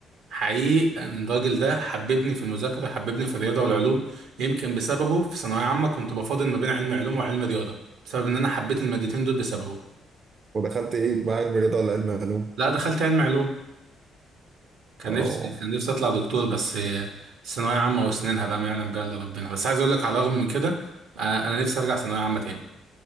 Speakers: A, on the right; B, on the right.
A: حقيقي ان الراجل ده حببني في المذاكرة حببني في الرياضة والعلوم يمكن بسببه في ثانوية عامة كنت بفاضل ما بين علم علوم وعلم رياضة بسبب ان انا حبيت المادتين دول بسببه
B: ودخلت إيه مع علم الرياضة ولا علم علوم؟
A: لا دخلت علم علوم كان
B: أه
A: نفسي كان نفسي اطلع دكتور بس آه، ثانوية عامة واسنانها بقى ما يعلم بها الا ربنا بس عايز اقول لك على الرغم من كده آه، انا نفسي ارجع ثانوية عامة تاني